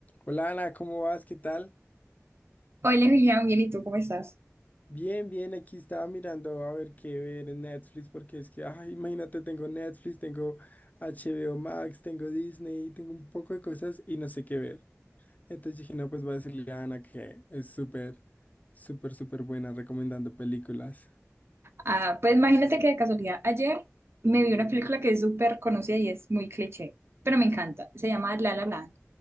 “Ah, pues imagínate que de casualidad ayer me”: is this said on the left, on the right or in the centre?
Right